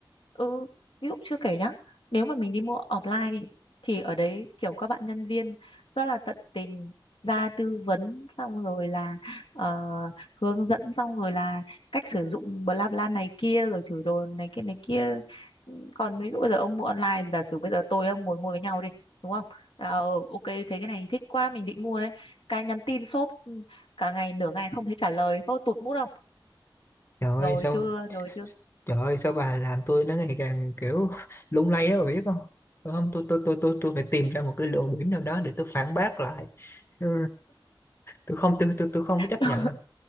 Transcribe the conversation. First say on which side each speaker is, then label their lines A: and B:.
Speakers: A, on the left (about 85°); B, on the left (about 30°).
A: Ừ, ví dụ chưa kể nhá, nếu mà mình đi mua offline đi, thì ở đấy kiểu các bạn nhân viên rất là tận tình ra tư vấn xong rồi là ờ, hướng dẫn xong rồi là cách sử dụng bla bla này kia rồi thử đồ này kia này kia. Còn ví dụ bây giờ ông mua online, giả sử bây giờ tôi ông ngồi mua với nhau đi, đúng không? À, ờ, ừ, ok thấy cái này thích quá mình định mua đấy. Cái nhắn tin shop ừ, cả ngày nửa ngày không thấy trả lời, có tụt mút không?
B: trời ơi
A: Rồi
B: sao
A: chưa, rồi chưa.
B: trời ơi sao bà làm tôi nó ngày càng kiểu lung lay đó bà biết không Phải không tôi tôi tôi tôi tôi phải tìm ra một cái lỗ điểm nào đó để tôi phản bác lại ừ, tôi không tôi tôi tôi không có chấp
A: <laughs>
B: nhận đâu